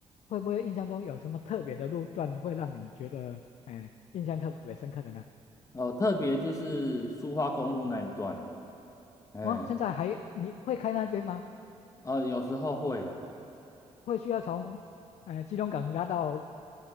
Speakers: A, on the left; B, on the left.
A: 会不会印象中有什么特别的路段会让你觉得，哎，印象特别深刻的呢？
B: 哦，特别就是苏花公路那一段啊？
A: 嗯，
B: 哎，
A: 哦，现在还你会开那边吗？
B: 呃，有时候会啊。
A: 会需要从，呃，基隆港拉到